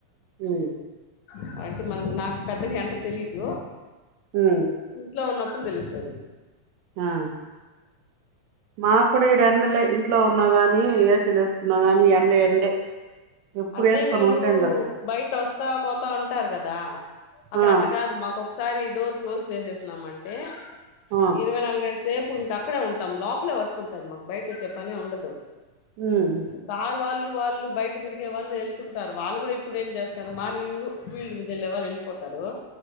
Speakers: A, on the right; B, on the left.
A: అమ్
B: కాబట్టి మనకు నాకు పెద్దగా ఎంత తెలీదు
A: ఉమ్,
B: ఇంట్లో ఉన్నప్పుడు ఇప్పుడు తెలుస్తది
A: ఆ మా కుడు ఈ ఎండలే ఇంట్లో ఉన్నా గాని ఎసిలు ఎస్తుకున్నా కాని ఎండ ఎండే ఎప్పుడు
B: అంటే
A: వేసుకొని
B: మీరు
A: ఉండలేం కదా
B: బయట వస్తా పోతా ఉంటారు కదా అక్కడ
A: ఆ
B: అట్ట కాదు మాకు ఒకసారి ఈ డోర్ క్లోజ్ చేసేసినమ అంటే
A: ఆ
B: ఇరవై నాలుగేళ్ల సేపు ఇంక అక్కడే ఉంటాం లోపలే వర్క్ ఉంటుంది మాకు బయట వచ్చే పనే ఉండదు
A: ఉమ్,
B: సార్ వాళ్ళు వాళ్ళు బయట తిరిగే వాళ్ళు వెళ్తుంటారు వాళ్ళు కూడా ఇప్పుడు ఏం చేస్తారు మార్నింగ్ ఫీల్డ్ మీద వెళ్లే వాళ్ళు వెళ్ళిపోతారు